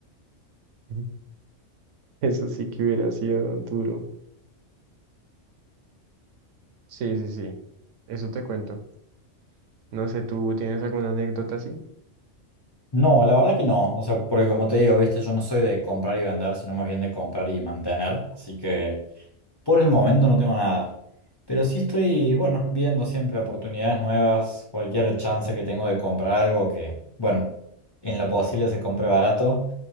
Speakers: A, on the right (about 75°); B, on the left (about 35°).
A: <laughs> Eso sí que hubiera sido duro. Sí, sí, sí. Eso te cuento. No sé, ¿tú tienes alguna anécdota así?
B: No, la verdad que no. O sea, porque como te digo, viste, yo no soy de comprar y vender, sino más bien de comprar y mantener. Así que por el momento no tengo nada. Pero sí estoy, bueno, viendo siempre oportunidades nuevas, cualquier chance que tengo de comprar algo que, bueno, en lo posible se compre barato.